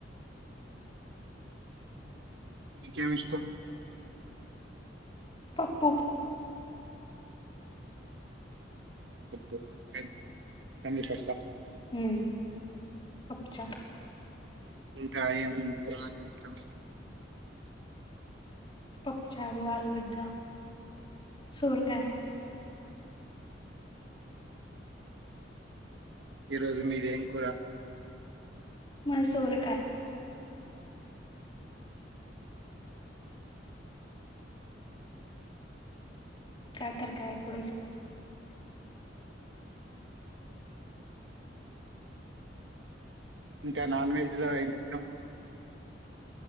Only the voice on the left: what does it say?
పప్పు
ఊమ్ పప్పు చారు.
పప్పు చారు ఆలుగడ్డ సోరకాయ
మది సోరకాయ కాకరకాయ కూడా ఇష్టమే